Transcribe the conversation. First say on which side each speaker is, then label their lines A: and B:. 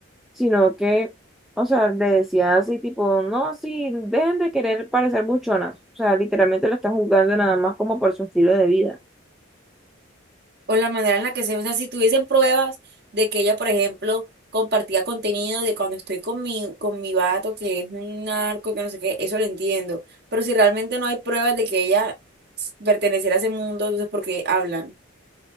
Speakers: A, in the centre; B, on the right.
A: sino que, o sea, le decía así tipo, no, sí, dejen de querer parecer buchonas, o sea, literalmente la están juzgando nada más como por su estilo de vida,
B: o la manera en la que se, o sea, si tuviesen pruebas de que ella, por ejemplo, compartía contenido de cuando estoy con mi, con mi vato, que es un narco, que no sé qué, eso lo entiendo. Pero si realmente no hay pruebas de que ella s- perteneciera a ese mundo, entonces ¿por qué hablan?